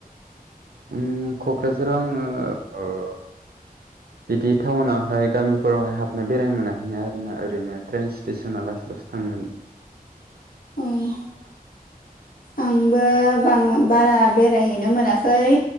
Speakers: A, on the right; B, on the left.
A: उम क'क्राझाराव आङो ओ बिदि टाउनावहाय गामिफोरावहाय हाबनो बेराय मोनाखैनो आरोना ओरैनो ट्रेन स्टेसना लासै लासो थाङोमोन। <inaudible>
B: उम आंबो बां बारा बेरायहैनो मोनाखै